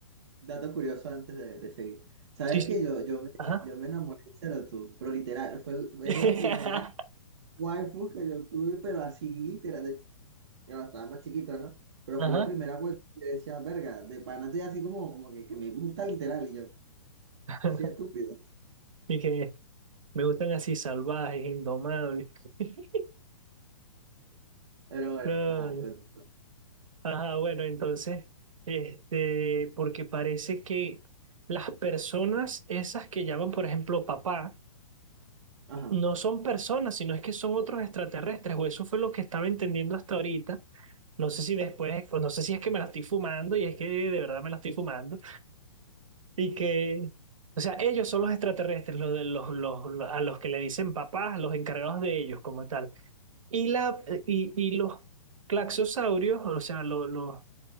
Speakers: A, on the right; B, on the right.
A: Dato curioso antes de, de seguir. ¿Sabes
B: sí, sí.
A: que yo, yo, me,
B: Ajá.
A: yo me enamoré de Zero Pero literal, fue, el- es
B: <laughs>
A: la primera waifu que yo tuve, pero así literal. de ch- Claro, estaba más chiquito, ¿no? Pero
B: Ajá.
A: fue la primera waifu que decía, verga, de pana estoy así como, como que, que me gusta literal. Y yo,
B: <laughs>
A: sí, estúpido.
B: Y que me gustan así salvajes, indomables. <laughs>
A: Pero bueno,
B: No,
A: ajá, continúo.
B: Ajá, bueno, entonces, este, porque parece que las personas esas que llaman, por ejemplo, papá,
A: Ajá,
B: no son personas, sino es que son otros extraterrestres, o eso fue lo que estaba entendiendo hasta ahorita. No sé si después, o no sé si es que me la estoy fumando y es que de verdad me la estoy fumando. Y que, o sea, ellos son los extraterrestres, los, de- los, los, los- a los que le dicen papás, los encargados de ellos como tal. Y, la, y, y los claxosaurios, o sea, los, los,